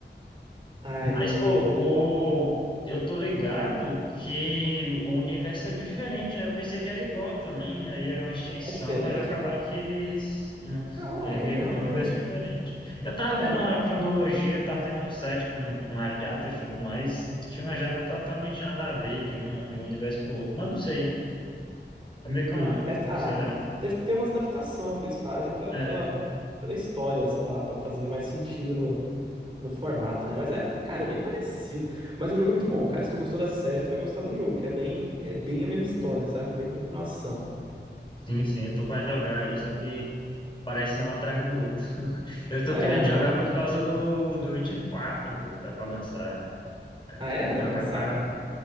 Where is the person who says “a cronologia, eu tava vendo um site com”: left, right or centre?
Left